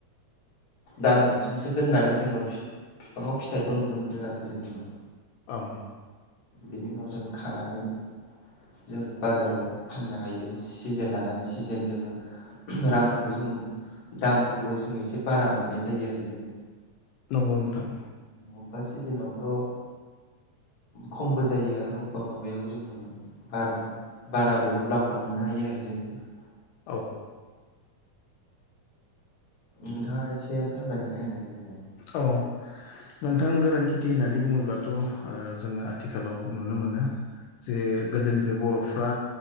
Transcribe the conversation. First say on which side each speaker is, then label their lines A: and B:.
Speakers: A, on the left; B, on the left.
A: दान मोनथामसो दोननानै जोङो बिफाङाव फिथाइखौ नुनो मोनो आरो जेनेबा
B: औ
A: बेनि उनाव जों खानानै जों बाजाराव फाननो हायो सिजेन लानानै सिजेन जोङो रांखौबो जोङो दामखौबो जों एसे बारा मोननाय जायो आरो जेनेबा
B: नंगौ नोंथां
A: बबेबा सिजोनावथ' खमबो जायो आरो अबेबा माबायाव जोङो बारा बाराबो मुलाम्फा मोननो हायो आरो जेनेबा
B: औ।
A: नोंथाङा एसे फोरमायनानै होनाय <unintelligible> लाय
B: औ। नोंथां गोरान खेथि होननानै बुङोब्लाथ' ओ जोङो आथिखालाव नुनो मोनो। जे गोदोनिफ्राय बर'फ्रा